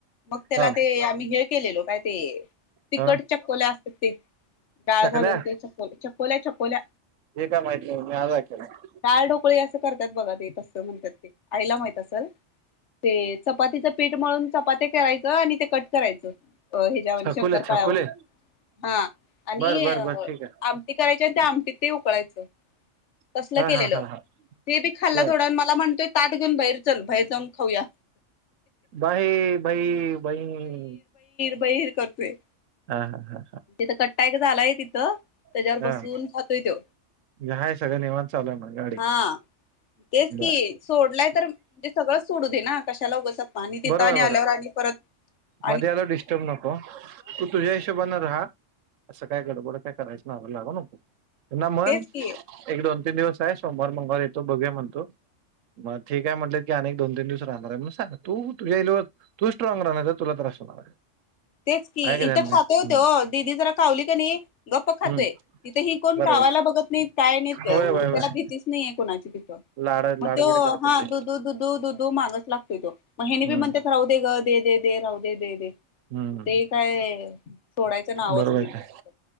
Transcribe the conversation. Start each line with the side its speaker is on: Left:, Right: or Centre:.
Left: मग त्याला
Right: हा
Left: ते आम्ही हे केलेलो काय ते तिकट
Right: हा
Left: चक्योल्या असतात ते डाळ
Right: चकल्या
Left: घालून ते च चकोल्या चकोल्या
Right: हे काय माहित नाही मी आज ऐकलं
Left: डाळ ढोकळी ते असं करतात बघा ते तसं म्हणत्यात ते आईला माहित असलं ते च चपातीचं पीठ म्हळून चपाती करायचं आणि ते कट करायचं ह्याज्यवाणी
Right: छकुले
Left: शंकरपाळ्या
Right: छकुले
Left: वाणी! हा आणि
Right: बर बर बर ठीक
Left: आमटी करायच्या त्या आमटीत ते उकळायचं. तसलं
Right: आहे हा
Left: केलेलं
Right: हा हा हा
Left: ते बी खाल्लं
Right: बर
Left: थोडं मला म्हणतोय ताट घेऊन बाहेर चल बाहेर जाऊन! खाऊया.
Right: <unintelligible>
Left: बहीर करतोय -
Right: हा हा हा
Left: तिथ कट्टा एक झालाय तिथं त्याच्यावर
Right: हा
Left: बसून खातोय तो!
Right: म्हणजे हाय सगळं निवांत चालू आहे मग गाडी
Left: हा तेच कि
Right: बर
Left: सोडलाय तर म्हणजे सगळंच सोडू दे ना! कशाला उगाच सपा आणि तिथं
Right: बरोबर
Left: आणि आल्यावर
Right: बरं
Left: आणि परत -
Right: मध्ये आता डिस्टर्ब नको तू तुझ्या हिशोबान - रहा अस काय गडबड काय करायच काय नादाला लागू नको म्हण
Left: तेच की
Right: एक दोन - दिवस आहे सोमवार मंगळवार येतो बघूया म्हणतो मग ठीक आहे म्हटल. की आणि दोन तीन दिवस राहणार आहे म सांग तू तुझ्या इ तू स्ट्रॉंग राहणार तुला त्रास होणार आहे.
Left: तेच की
Right: आहे का
Left: इथं
Right: ध्यान नाही
Left: खातोय ओ
Right: हम्म
Left: तो दीदी जरा कावली की नी गप्प खातोय
Right: हम्म
Left: तिथं ही कोण
Right: बरोबर
Left: का - भावला बघत नाही काय नाही त्याला
Right: होय होय होय
Left: भीतीच नाहीे कोणाची -
Right: लाड लाडबीड
Left: मग तो
Right: करतात
Left: हा
Right: ते
Left: दुध दुध दुधू मागस लागतोय तो मग ह्यांनी
Right: हम्म
Left: बी म्हणत्यात ते राहू दे ग - दे दे दे राहू दे दे दे
Right: हम्म
Left: मग ते काय! सोडायचं नावच
Right: बरोबर
Left: नाही घेत
Right: का